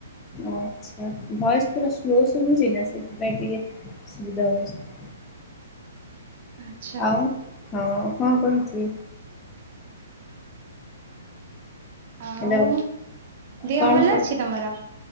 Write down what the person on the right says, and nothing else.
ଆଚ୍ଛା
ଆଉ
ଦିହ
ଭଲ
ଅଛି ତମର?